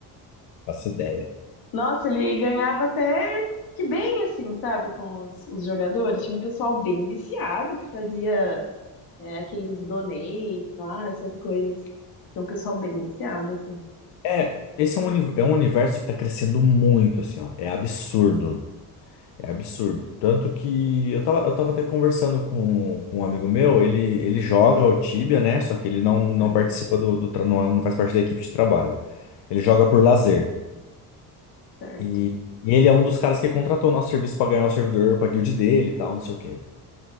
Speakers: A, on the left; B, on the left.
A: essa ideia.
B: Nossa, ele ganhava até que bem, assim, sabe, com os, os jogadores. Tinha um pessoal bem viciado que fazia é, aqueles donate lá, essas coisas. Tem um pessoal bem viciado, assim.
A: É, esse é um, uni- é um universo que tá crescendo muito, assim, ó. É absurdo. É absurdo. Tanto que eu tava, eu tava até conversando com, com um amigo meu, ele, ele joga o Tibia, né? Só que ele não, não
B: Aham,
A: participa do, do tra- não, é- não faz parte da equipe de trabalho. Ele joga por lazer.
B: certo.
A: E ele é um dos caras que contratou nosso serviço pra ganhar o servidor pra guild dele e tal, não sei o quê.